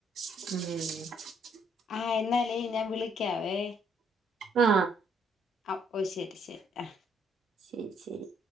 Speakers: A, on the right (about 75°); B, on the left (about 85°).
A: ഉം
B: ആ എന്നാലേ ഞാൻ വിളി ക്കാവേ
A: ആ
B: ആ ഓ ശരി ശരി ആ
A: ശരി ശരി